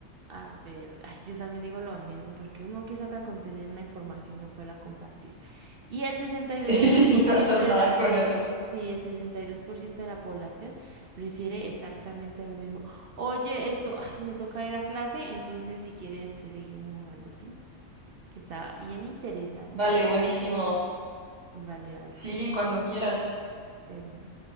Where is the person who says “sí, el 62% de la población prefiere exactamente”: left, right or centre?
Right